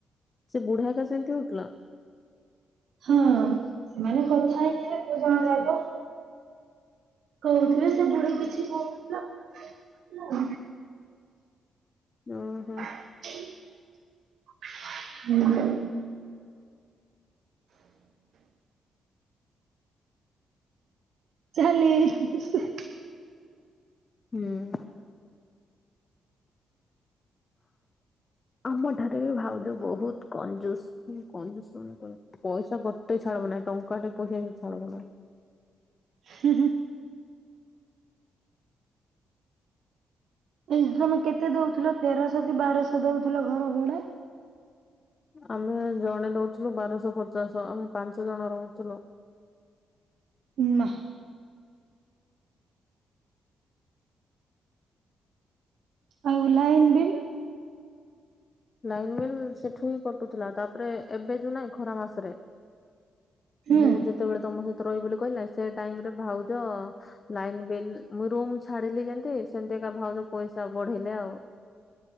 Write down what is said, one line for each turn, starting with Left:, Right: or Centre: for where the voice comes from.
Left: ସେ ବୁଢା ତ ଏକା ସେମିତି ହଉଥିଲା?
Right: ହଁ ସେମାନେ କଥା ହେଇଥିଲେ। ଦିଜଣ ଯାଙ୍କ। କହୁଥିଲେ ସେ ବୁଡି କିଛି କହୁନଥିଲା
Left: ଓ ହୋ।
Right: ହୁଁ। ଚାଲି ଯାଇଛନ୍ତି ସେ।
Left: ହୁଁ। ଆମ ଠାରେ ବି ଭାଉଜ ବହୁତ କଞ୍ଜୁସ୍ କଞ୍ଜୁସ୍ ଗୁଡ଼ାକ। ପଇସା ଗୋଟେ ଛାଡିବନି। ଟଙ୍କାଟେ ପଇସା ବି ଛାଡ଼ିବନି।
Right: ହୁଁ ହୁଁ। ଏଇ ତମେ କେତେ ଦଉଥିଲ ତେରଶହ କି ବାରଶହ ଦଉଥିଲ ଘର ଭଡ଼ା?
Left: ଆମେ ଜଣେ ଦଉଥିଲୁ ବାରଶହ ପଚାଶ ଆମେ ପାଞ୍ଚ ଜଣ ରହୁଥିଲୁ।
Right: ନା। ଆଉ ଲାଇନ୍ ଵିଲି?
Left: ଲାଇନବିଲ୍ ସେଠୁ ହିଁ କଟୁଥିଲା ତାପରେ ଏବେ ଯୋଉ ନାହିଁ ଖରା ମାସରେ
Right: ହୁଁ
Left: ମୁଁ ଯେତେବେଳେ ତମ ସହିତ ରହିବି ବୋଲି କହିଲିନା ସେ ଟାଇମିରେ ଭାଉଜ ଲାଇନ ବିଲ୍ ମୁଁ ରୁମ ଛାଡିଲି ଯେମତି ସେମିତି ଏକା ଭାଉଜ ପଇସା ବଢେଇଲେ ଆଉ।